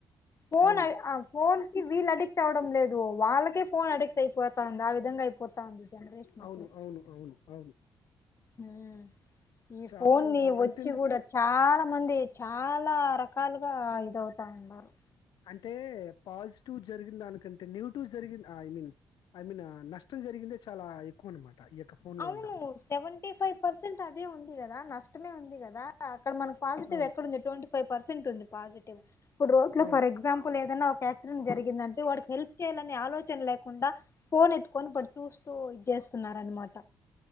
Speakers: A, on the left; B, on the left.
A: ఫోన్
B: అవును
A: ఫోన్ కి వీళ్ళు అడిక్ట్ అవ్వడం లేదు వాళ్ళకే ఫోన్ అడిక్ట్ అయిపోతంది ఆ విధంగా అయిపోత తాంది జనరేషన్ప్పుడు
B: అవును అవును అవును
A: హ్మ్ ఈ
B: చాలా
A: ఫోన్ ని
B: దారు
A: వచ్చి
B: అంతెందుకు
A: కూడా చాలా మంది చాలా రకాలుగా ఇదవుతాయిన్నారుా
B: అంటే పాస్ టివ్ జరిిన దానికంటే నెగిటివ్ జరిగింది ఐ మీన్ ఐ మీన్ నష్టం జరిగిందే చాలా ఎక్కువ అనమాట ఈ యొక్క ఫోన్ల
A: అవును
B: వల్ల
A: సెవెంటీ ఫైవ్ పర్సెంట్ అదే ఉంది కదా నష్టమే ఉంది కదా అక్కడ మనకి పాజిటి్
B: అవును
A: ఎక్కడ ఉంది ట్ంటీ ఫవ్ పర్సెంట్ ఉంది పస్టివ్ ఇప్పుడు రోడ్ లో
B: అవును
A: ఫర్ ఎక్సంపుల్ ఏదైన్నా ఒక యాక్సిడెంట్ జరిగి దంటే వాడికి హెల్ప్ చేయాలని ఆలోచన లేకుండా ఫోన్ ఎత్కొని కాడు చూస్తూ చేస్తున్నార అనమాట